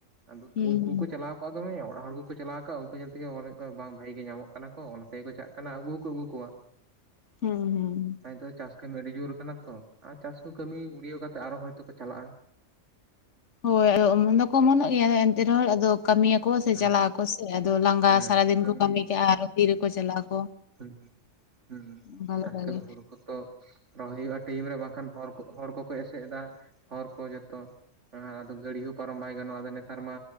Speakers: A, on the right; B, on the left.
A: ᱟᱫᱚ
B: ᱦᱩᱸ
A: ᱛᱚ ᱩᱸᱦ ᱪᱟᱞᱟᱣ ᱠᱚᱜ ᱫᱚᱢᱮ ᱚᱲᱟᱜ ᱦᱚᱲ ᱠᱚᱠᱚ ᱪᱟᱞᱟᱣᱼᱟ ᱪᱟᱞᱟᱣ ᱠᱚᱜᱼᱟ ᱫᱚᱢᱮ ᱚᱲᱟᱜ ᱦᱚᱲ ᱠᱚ-ᱠᱚ ᱪᱟᱞᱟᱣ ᱠᱟᱜᱼᱟ, ᱩᱝᱠᱩ ᱧᱮᱞ ᱛᱮᱜᱮ ᱢᱚᱱᱮ ᱭᱩᱜ ᱠᱟ ᱵᱟᱝ ᱵᱷᱟᱜᱤ ᱜᱮ ᱧᱟᱢᱚᱜ ᱠᱟᱱᱟ ᱠᱚ ᱚᱱᱟ ᱛᱮᱜᱮ ᱠᱚ ᱪᱟᱜ ᱠᱟᱱᱟ ᱟᱹᱜᱩ ᱦᱩᱠᱩ ᱩᱜᱩ ᱠᱚᱣᱟᱸ᱾
B: ᱦᱩᱸ-ᱦᱩᱸ᱾
A: ᱟᱸ ᱛᱚᱜ ᱪᱟᱥ ᱠᱟᱹᱢᱤ ᱟᱹᱰᱤ ᱡᱳᱨ ᱠᱟᱱᱟ ᱛᱚ ᱟ ᱪᱟᱥ ᱠᱚ ᱠᱟᱹᱢᱤ ᱜᱩᱲᱭᱟᱹᱣ ᱠᱟᱛᱮᱜ ᱟᱨᱚ ᱦᱚᱭᱛᱳ ᱠᱚ ᱪᱟᱞᱟᱜᱼᱟᱸ᱾
B: ᱦᱳᱭ ᱟᱣᱚ ᱚᱢᱚᱱ ᱫᱚᱠᱚ ᱚᱢᱚᱱᱚᱜ ᱜᱮᱭᱟ ᱮ ᱮᱱᱛᱮ ᱨᱮᱦᱚᱸ ᱟᱫᱚ ᱠᱟᱢᱤᱭᱟ ᱠᱚ ᱥᱮ
A: ᱦᱮᱸ
B: ᱪᱟᱞᱟᱜ ᱟᱠᱚ ᱥᱮ ᱟᱫᱚ ᱞᱟᱸᱜᱟ
A: ᱦᱮᱸ
B: ᱥᱟᱨᱟᱫᱤᱱ
A: ᱠᱟᱹᱢᱤ
B: ᱠᱚ ᱠᱟᱢᱤ ᱠᱟᱼᱟ ᱟᱨᱚ ᱛᱤ ᱨᱮ ᱠᱚ ᱪᱟᱞᱟᱜ ᱟᱠᱚ!
A: ᱦᱩᱸ, ᱦᱩᱸ,
B: ᱚᱱᱠᱟ
A: ᱪᱟᱥ
B: ᱞᱮᱠᱟ
A: ᱠᱟᱸᱢᱤ
B: ᱜᱮ
A: ᱦᱩᱲᱩ ᱠᱚ ᱛᱚ ᱨᱚᱦᱚᱭ ᱦᱩᱭᱩᱜᱼᱟ ᱴᱤᱭᱤᱢ ᱨᱮ, ᱵᱟᱸᱠᱷᱟᱱ ᱦᱚᱨ, ᱦᱚᱲ ᱠᱚ-ᱠᱚ ᱮᱥᱮᱜ ᱮᱫᱟ, ᱦᱚᱨ ᱠᱚ ᱡᱚᱛᱚ᱾ ᱦᱟᱸᱦᱟᱸ ᱟᱫᱚ ᱜᱟᱹᱲᱤ ᱦᱚ ᱯᱟᱨᱚᱢ ᱵᱟᱭ ᱜᱟᱱᱚᱜᱼᱟ ᱟᱫᱚ ᱱᱤ ᱛᱟᱨ ᱢᱟ